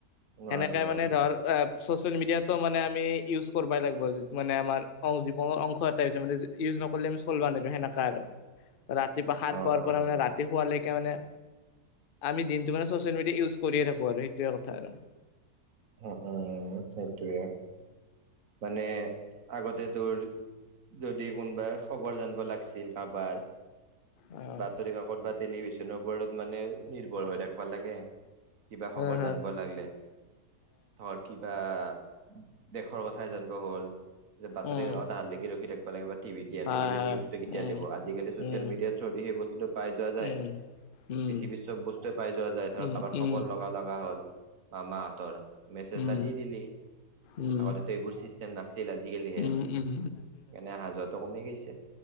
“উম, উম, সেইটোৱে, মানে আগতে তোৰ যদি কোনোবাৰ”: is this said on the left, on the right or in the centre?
Right